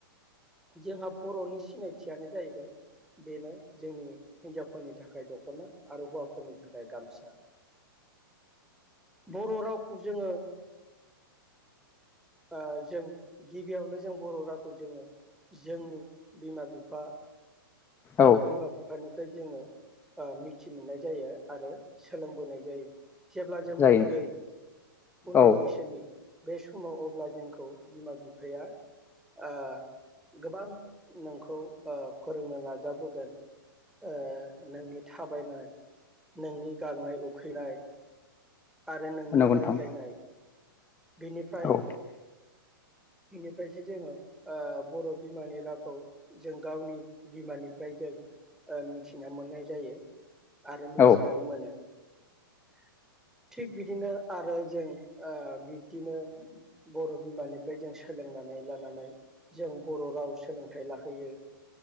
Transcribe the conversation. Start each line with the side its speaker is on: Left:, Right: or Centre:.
Centre: जोंहा बरनि सिनायथियानो जाहैबाय बेनो जोंनि हिनजावफोरनि थाखाय दखना आरो हौवाफोरनि थाखाय गामसा बर रावखौ जोङो ओ जों गिबियावनो जों बर रावखौ जोङो जोंनि बिमा बिफा
Left: औ
Centre: बिमा बिफानि <unintelligible> जोङो ओ मिथि मोननाय जायो आरो सोलोंबोनाय जायो । जेब्ला जों
Left: जायो
Centre: उन्दै
Left: नोंथां
Centre: उन्दै
Left: औ
Centre: बैसोनि बे समाव अब्ला जोंखौ बिमा बिफाया ओ गोबां नोंखौ ओ फोरोंनो ना जाबोगोन ओ नोंनि थाबायनाय नोंनि गांनाय उखैनाय आरो नोंनि
Left: नंगौ
Centre: रायज्लायनाय
Left: नोंथां
Centre: बिनिफ्राय
Left: औ
Centre: इनिफ्रायसो जोङो ओ बर' बिमानि रावखौ जों गावनि बिमानिफ्राय जों ओ मिथिना मोननाय जायो । आरो मिथिनानै
Left: औ
Centre: मोनो । थिग बिदिनो आरो जों ओ बि दिनो बर' बिमानिफ्राय जों सोलोंनानै लानानै जों बर' राव सोलोंथाइ लाहैयो